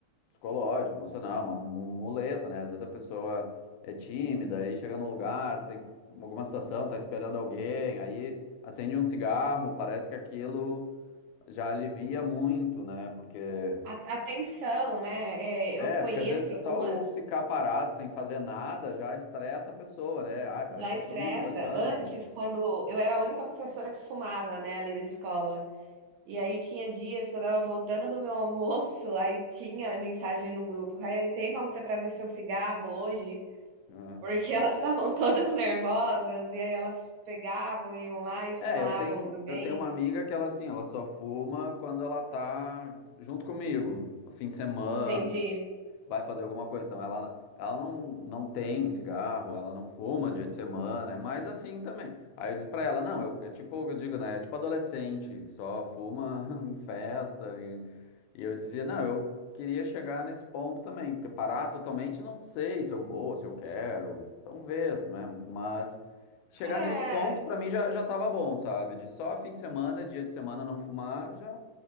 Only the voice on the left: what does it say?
psicológica, emocional, uma mu- muleta, né? Às vezes a pessoa é tímida, aí chega num lugar, tem que- alguma situação, tá esperando alguém, aí acende um cigarro, parece que aquilo já alivia muito, né? Porque
é,
porque às vezes
só o ficar parado sem fazer nada já estressa a pessoa, né? Ai, parece
que
tá todo mundo me olhando,
né?
É, eu tenho,
eu tenho uma amiga que ela assim, ela só fuma quando ela tá junto comigo, no fim de semana,
vai fazer alguma coisa. Então, ela, ela não, não tem cigarro, ela não fuma dia de semana, é mais assim também. Aí eu disse pra ela, não, eu, é tipo, eu digo, né, é tipo adolescente, que só fuma <laughs> em festa. E, e eu dizia, não, eu queria chegar nesse ponto também, porque parar totalmente, não sei se eu vou, se eu quero, talvez, né, mas... Chegar
nesse ponto, pra mim, já, já tava bom, sabe? De só fim de semana, dia de semana não fumar, já,